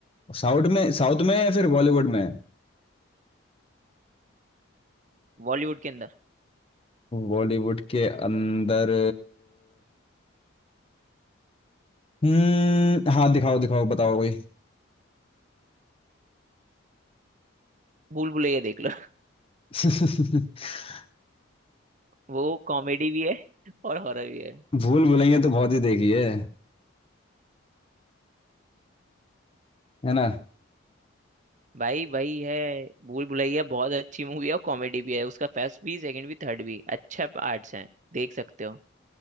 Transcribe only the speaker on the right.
बॉलीवुड के अंदर
भूल भुलैया देख लो
<laughs> वो कॉमेडी भी है और हॉरर भी है
भाई वही है भूल भुलैया बहुत अच्छी मूवी है और कॉमेडी भी है उसका फर्स्ट भी सेकंड भी थर्ड भी अच्छा पार्ट्स हैं देख सकते हो